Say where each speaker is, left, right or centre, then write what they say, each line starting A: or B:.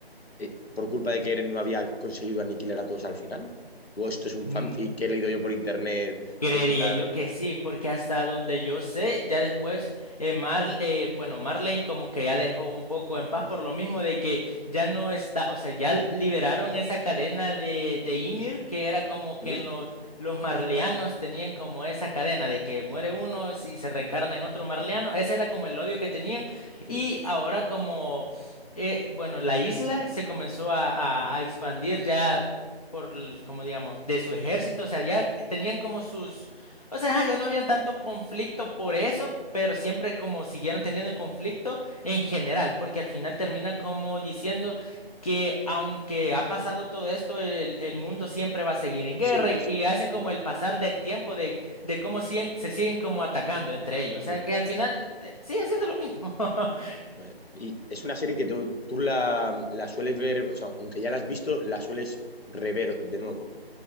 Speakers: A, on the left; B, on the left.
A: eh, por culpa de que Eren no había conseguido aniquilar a todos al final. O esto es un
B: mm,
A: fanfic que he leído yo por internet,
B: Creería
A: que es una...
B: yo que sí, porque hasta donde yo sé, ya después eh, Mar, eh, bueno, Marlene como que ya dejó un poco en paz por lo mismo de que ya no está, o sea, ya liberaron esa cadena de, de Ymir, que era como que
A: ¿Mm?
B: en los los marleanos tenían como esa cadena de que muere uno y se reencarna en otro marleano, ese era como el odio que tenían
A: Ujú.
B: y ahora como... eh, bueno, la isla se comenzó a, a a expandir ya por, el- como digamos, de su ejército, o sea, ya tenían como sus, o sea, ajá, ya no habían tanto conflicto por eso, pero siempre como siguieron teniendo el conflicto en general, porque al final termina como diciendo que aunque ha pasado todo esto, el, el mundo siempre va a seguir en
A: Sí,
B: guerra
A: que
B: y,
A: es...
B: y hacen como
A: Mm,
B: el pasar del tiempo de, de cómo si- se siguen como atacando entre ellos, o
A: mm.
B: sea, que al final eh, sigue siendo lo mismo. <laughs>
A: Vale. Y es una serie que tú, tú la, la sueles ver, o sea, aunque ya la has visto, la sueles rever de nuevo.